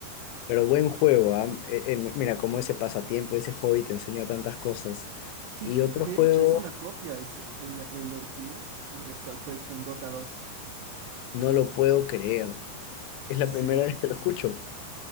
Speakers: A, on the left; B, on the right.
A: Pero buen juego, ¿ah? Eh, eh, mira, cómo ese pasatiempo, ese hobby te enseña tantas cosas.
B: Sí,
A: Y
B: t-
A: otro
B: Sí, de
A: juego,
B: hecho es una copia ese. El, el original eh, está, fue hecho en Dota 2.
A: no lo puedo creer. Es la
B: Sí,
A: primera vez que lo escucho.